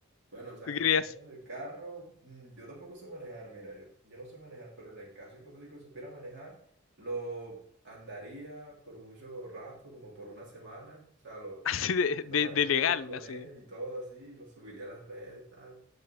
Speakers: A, on the right (about 60°); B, on the left (about 70°).
A: Bueno, o sea,
B: tú querías
A: yo en el carro, mm, yo tampoco sé manejar, mira, yo, yo no sé manejar, pero en el caso hipotético de supiera manejar, lo andaría por mucho rato, como por una semana, o sea,
B: <laughs>
A: lo,
B: así de,
A: me tomaría
B: de, de
A: fotos
B: legal,
A: con
B: así,
A: él y todo así, lo subiría a las redes, tal,